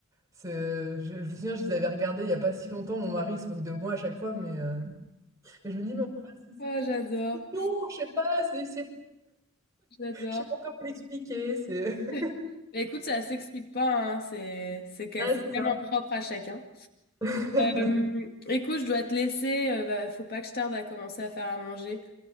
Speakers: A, on the right; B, on the left.
A: C'est- je, je me souviens, je les avais regardés il n'y a pas si longtemps. Mon mari se moque de moi à chaque fois, mais, euh, mais je me dis, mais en fait, c'est
B: Ah,
A: c'est
B: j'adore,
A: mignon, je sais pas, c'est c'est
B: j'adore.
A: je sais pas comment l'expliquer, c'est...
B: <laughs>
A: <laughs>
B: Bah, Écoute, ça s'explique pas, hein. C'est c'est que-
A: Ouais,
B: c'est
A: c'est
B: vraiment
A: ça.
B: propre à chacun.
A: <laughs>
B: Euh, écoute, je dois te laisser. euh, bah, faut pas que je tarde à commencer à faire à manger.